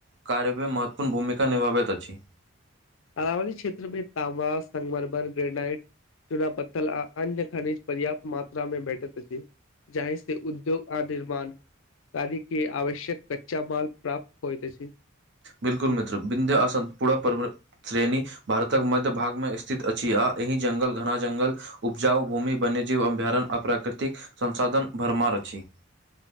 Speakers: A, on the right (about 60°); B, on the left (about 75°).
A: कार्यमे महत्वपूर्ण भूमिका निभाबैत अछि।
B: अरावली क्षेत्र में ताँबा संगमरमर ग्रेनाइट चूना पत्थल आ अन्य खनिज पर्याप्त मात्रा मे भेठैत अछि। जाहि से उद्योग आ निर्माण कदी की आवश्यक कच्चा माल प्राप्त होइत अछि।
A: बिलकुल मित्र बिंध्यआसन पुरा पर श्रेणी भारतक मध्य भागमे स्थित अछि आ एहि जंगल घना जंगल उपजाओ भूमि वन्यजीव अभयारण आ प्राकृतिक संसाधन भरमार अछि।